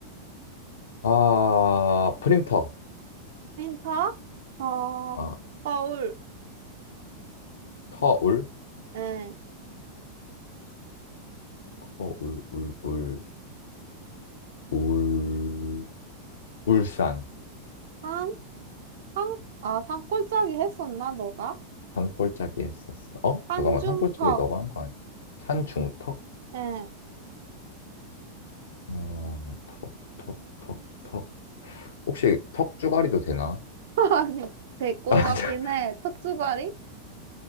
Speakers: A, on the left; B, on the right.
A: 아, 프린터.
B: 힌터? 어,
A: 아,
B: 거울.
A: 터울?
B: 응.
A: 터울, 울, 울, 울, 울산.
B: 산, 산, 아, 산골짜기 했었나, 너가?
A: 산골짜기 했었어. 어?
B: 산중턱.
A: 잠깐만, 산골짜기 너가 한 거 아니야? 산중턱?
B: 응.
A: 어, 턱, 턱, 턱, 턱. 혹시 턱주가리도 되나?
B: 아니, 될거
A: <laughs> 아,
B: 같긴
A: 자,
B: 해. 턱주가리?